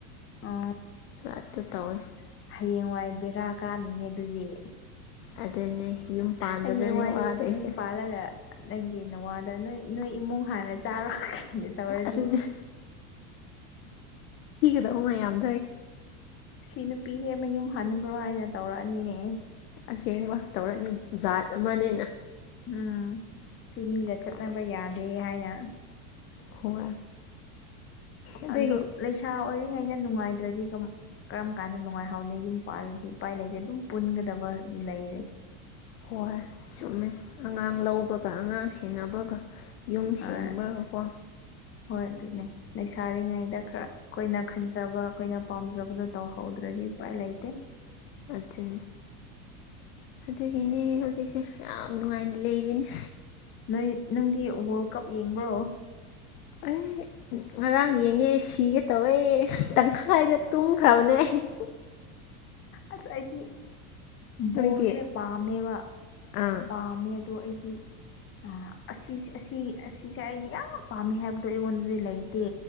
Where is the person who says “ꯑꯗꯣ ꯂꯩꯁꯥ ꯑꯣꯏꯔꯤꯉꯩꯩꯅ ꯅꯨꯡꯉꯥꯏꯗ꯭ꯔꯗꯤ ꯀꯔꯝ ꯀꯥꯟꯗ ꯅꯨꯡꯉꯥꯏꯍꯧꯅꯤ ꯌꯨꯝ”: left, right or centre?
Left